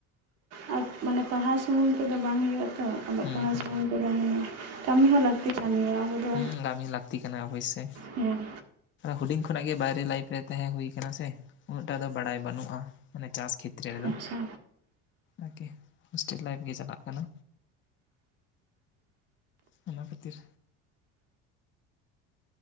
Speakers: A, on the right; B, on the left.
A: ᱟᱨ ᱢᱟᱱᱮ ᱯᱟᱲᱦᱟᱣ ᱥᱩᱢᱩᱝ ᱛᱮᱫᱚ ᱵᱟᱝ ᱦᱩᱭᱩᱜ-ᱟ ᱛᱚ ᱚᱞᱚᱜ
B: ᱦᱩᱸ
A: ᱯᱟᱲᱦᱟᱣ
B: ᱦᱩᱸ
A: ᱥᱩᱢᱩᱝ ᱫᱚ ᱵᱟᱝ ᱦᱩᱭᱩᱜ-ᱟ ᱠᱟᱹᱢᱤ ᱦᱚᱸ ᱞᱟᱹᱠᱛᱤ ᱠᱟᱱ ᱜᱮᱭᱟ ᱟᱵᱚ ᱫᱚ
B: ᱦᱩᱸ ᱠᱟᱹᱢᱤ ᱞᱟᱹᱠᱛᱤ ᱠᱟᱱᱟ ᱚᱵᱚᱥᱥᱚᱭ
A: ᱦᱮᱸ
B: ᱦᱩᱰᱤᱧ ᱠᱷᱚᱱᱟᱜ ᱜᱮ ᱵᱟᱭᱨᱮ ᱞᱟᱭᱤᱯᱷ ᱨᱮ ᱛᱟᱦᱮᱸ ᱦᱩᱭ ᱟᱠᱟᱱᱟ ᱥᱮ ᱩᱱᱟᱹᱜ ᱴᱟ ᱫᱚ ᱵᱟᱲᱟᱭ ᱵᱟᱹᱱᱩᱜ-ᱟ ᱢᱟᱱᱮ ᱪᱟᱥ ᱠᱷᱮᱛᱨᱮ ᱨᱮᱫᱚ
A: ᱟᱪᱪᱷᱟ
B: ᱟᱨᱠᱤ ᱦᱳᱥᱴᱮᱞ ᱞᱟᱭᱤᱯᱷ ᱜᱮ ᱪᱟᱞᱟᱜ ᱠᱟᱱᱟ ᱚᱱᱟ ᱠᱷᱟᱹᱛᱤᱨ